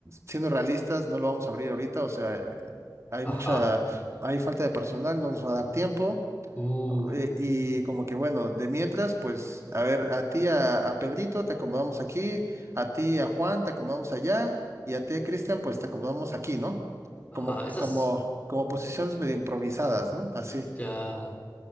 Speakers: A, on the right (about 40°); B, on the left (about 20°).
A: siendo realistas, no lo vamos a abrir ahorita. O sea, hay
B: Ajá.
A: mucha, hay falta de personal, no nos va a dar tiempo.
B: Uh,
A: eh, y como que bueno, de mientras, pues, a ver, a ti, a, a Pedrito, te acomodamos aquí, a ti, a Juan, te acomodamos allá, y a ti, a Cristian, pues te acomodamos aquí, ¿no?
B: ajá.
A: Como,
B: Esas
A: como, como posiciones medio improvisadas, ¿no? Así.
B: ya.